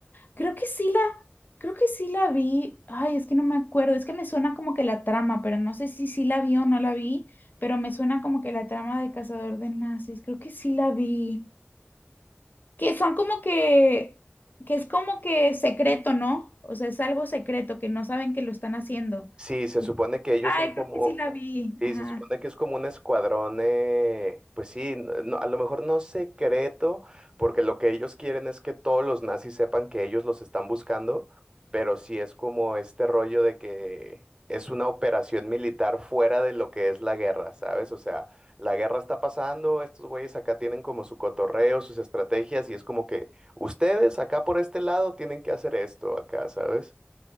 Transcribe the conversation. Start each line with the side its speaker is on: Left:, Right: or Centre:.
Left: Creo que sí la, creo que sí la vi. Ay, es que no me acuerdo. Es que me suena como que la trama, pero no sé si sí la vi o no la vi, pero me suena como que la trama de Cazador de Nazis. Creo que sí la vi. Que son como que, que es como que secreto, ¿no? O sea, es algo secreto, que no saben que lo están haciendo.
Right: Sí, se
Left: Que-
Right: supone que ellos
Left: Ay,
Right: son como,
Left: creo que sí la vi.
Right: Sí,
Left: Ajá.
Right: se supone que es como un escuadrón, eh, pues sí, n- no- a lo mejor no secreto, porque lo que ellos quieren es que todos los nazis sepan que ellos los están buscando, pero sí es como este rollo de que es una operación militar fuera de lo que es la guerra, ¿sabes? O sea, la guerra está pasando, estos güeyes acá tienen como su cotorreo, sus estrategias, y es como que ustedes acá por este lado tienen que hacer esto acá, ¿sabes?